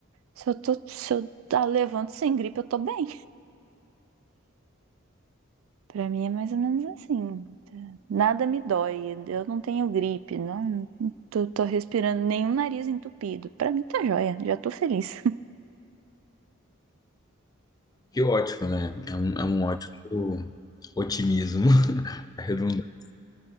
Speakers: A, on the right; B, on the left.
A: se eu tô, se eu tá, levanto sem gripe, eu tô bem. Pra mim é mais ou menos assim. tá? Nada me dói, eu não tenho gripe, não tô, tô respirando nenhum nariz entupido. Pra mim tá joia, já tô feliz. <laughs>
B: Que ótimo, né? É um, é um ótimo otimismo, <laughs> a redundância.